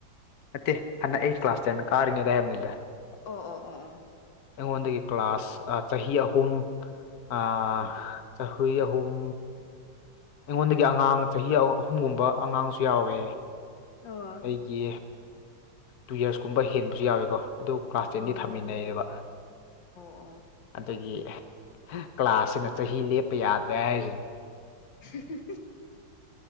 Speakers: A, on the left; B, on the left.
A: ꯅꯠꯇꯦ ꯍꯅ ꯑꯩ ꯀ꯭ꯂꯥꯁ ꯇꯦꯟ ꯀꯥꯔꯤꯉꯩꯗ ꯍꯥꯏꯕꯅꯤꯗ
B: ꯑꯣ ꯑꯣ ꯑꯣ ꯑꯣ
A: ꯑꯩꯉꯣꯟꯗꯒꯤ ꯀ꯭ꯂꯥꯁ ꯆꯍꯤ ꯑꯍꯨꯝ ꯑ ꯆꯍꯤ ꯑꯍꯨꯝ ꯑꯩꯉꯣꯟꯗꯒꯤ ꯑꯉꯥꯡ ꯆꯍꯤ ꯑꯍꯨꯝꯒꯨꯝꯕ ꯑꯉꯥꯡꯁꯨ ꯌꯥꯎꯋꯦ
B: ꯑꯣ
A: ꯑꯩꯒꯤ ꯇꯨ ꯌꯔꯁ ꯀꯨꯝꯕ ꯍꯦꯟꯕꯁꯨ ꯌꯥꯎꯋꯦꯀꯣ ꯑꯗꯨ ꯀ꯭ꯂꯥꯁ ꯇꯦꯟꯒꯤ
B: ꯑꯣ ꯑꯣ ꯍꯣꯏ
A: ꯊꯥꯃꯤꯟꯅꯩꯕ
B: ꯑꯣ ꯑꯣ
A: ꯑꯗꯒꯤ ꯀ꯭ꯂꯥꯁꯁꯤꯅ ꯆꯍꯤ ꯂꯦꯞꯄ ꯌꯥꯗ꯭ꯔꯦ ꯍꯥꯏꯁꯤꯅꯤ
B: <unintelligible>